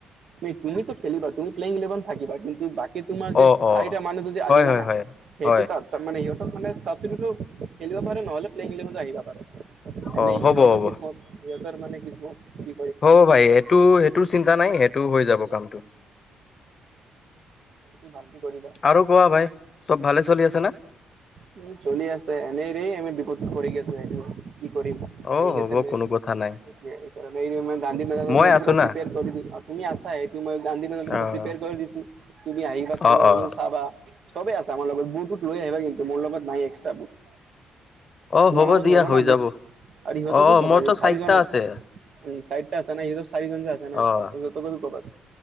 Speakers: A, on the right; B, on the left.
A: তুমি তুমিতো খেলিবা তুমি প্লেয়িং ইলেভন থাকিবা কিন্তু বাকি কি তোমাৰ যে
B: অ'
A: চাৰিটা
B: অ'
A: মানুহটো যে আনিবানা
B: হয় হয় হয়
A: সেইটো
B: হয়
A: তাত মানে সিহঁতক মানে ছাবষ্টিটিউটড খেলিব পাৰে নহলে প্লেয়িং ইলেভেনত আহিব পাৰে। এনেই
B: অ' হ'ব
A: সিহঁতৰ
B: হ'ব
A: কিছমত সিহঁতৰ মানে কিছমত কি
B: হ, ভাই সেইটো সেইটো চিন্তা নাই সেইটো হৈ যাব কামটো।
A: এইটো ভালকে কৰিবা।
B: আৰু কোৱা ভাই চব ভালে চলি আছে না?
A: উম, চলি আছে এনেইৰে আমি বিপত কৰি গেছে সেইটো কি কৰিম
B: অ'
A: আহি
B: হ'ব
A: গৈছে মেন
B: কোনো কথা নাই
A: তেতিয়া সেই কাৰণে এই যে গান্ধী নগৰত
B: মই
A: মানে
B: আছো
A: পুৰা
B: না
A: প্ৰিপোৰ কৰি দি, আপুনি আছা এইটো মই গান্ধী নগৰত
B: অ'
A: প্ৰিপেৰ কৰি দিছোঁ, তুমি আহিবা খেলবা
B: অ'
A: কাৰণে
B: অ'
A: চাবা সবেই আছে আমাৰ লগত, বুটটো লৈ আহেবা কিন্তু মোৰ লগত নাই এক্সট্ৰা বুট।
B: অ'
A: তোমাৰ লগত
B: দিয়া
A: হ'ব
B: হৈ
A: না বুট?
B: যাব
A: আৰু ইহঁতক
B: অ'
A: কি কবা
B: মোৰতো
A: যে চাৰিজন
B: চাৰিটা
A: উম,
B: আছে
A: চাইডটা আছে না সিহঁতৰ চাৰিজন যে আছে না
B: অ'
A: তাতে সিহঁতকো কবা